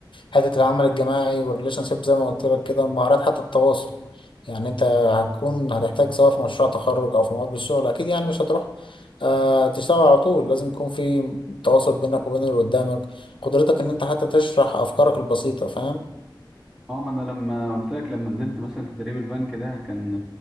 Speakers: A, on the left; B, in the centre.
A: حته العمل الجماعي والريليشن شيب زي ما قلت لك كده مهارات حتى التواصل يعني انت هتكون هتحتاج سواء في مشروع تخرج او في مقابل الشغل اكيد يعني مش هتروح آه تشتغل على طول لازم يكون في تواصل بينك وبين اللي قدامك قدرتك ان انت حتى تشرح افكارك البسيطه فاهم
B: اه ما انا لما قلت لك لما نزلت مثلا تدريب البنك ده كان